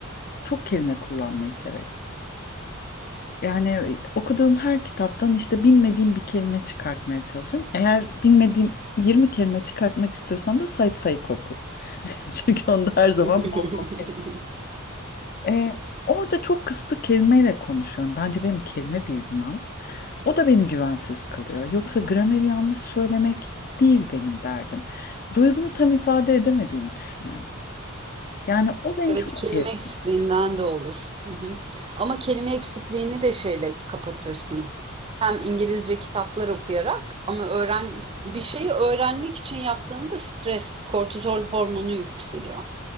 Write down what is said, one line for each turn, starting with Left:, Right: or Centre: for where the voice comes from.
Left: çok kelime kullanmayı severim. Yani e, okuduğum her kitaptan işte bilmediğim bir kelime çıkartmaya çalışırım. Eğer bilmediğim 20 kelime çıkartmak istiyorsam da Sait Faik okurum. <laughs> Çünkü onda her zaman
Right: <laughs>
Left: bol bol Ee, orada çok kısıtlı kelimeyle konuşuyorum. Bence benim kelime bilgim az. O da beni güvensiz kılıyor. Yoksa grameri yanlış söylemek değil benim derdim. Duygumu tam ifade edemediğimi düşünüyorum. Yani o beni
Right: Evet
Left: çok
Right: kelime
Left: <laughs> geriyor.
Right: eksikliğinden de olur. Hı hı. Ama kelime eksikliğini de şeyle kapatırsın. Hem İngilizce kitaplar okuyarak ama öğren bir şeyi öğrenmek için yaptığında stres, kortizol hormonu yükseliyor.